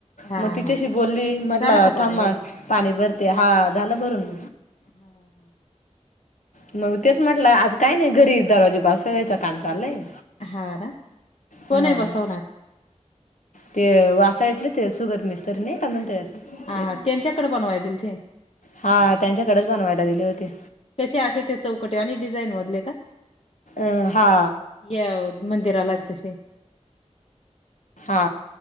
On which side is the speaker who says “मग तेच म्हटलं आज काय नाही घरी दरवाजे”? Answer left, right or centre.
Left